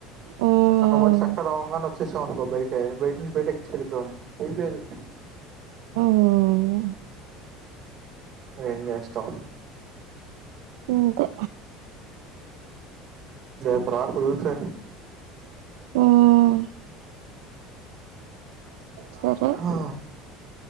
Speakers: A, on the right; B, on the right.
A: హ్మ్
B: అట్లపోతే సక్కగ అవ్వంగానే వచ్చేసావనుకో బయటే <unintelligible>
A: హ్మ్
B: ఎం జేస్తాం
A: అంతే
B: రేపు రాకు రూసే
A: హ్మ్ సరే
B: హా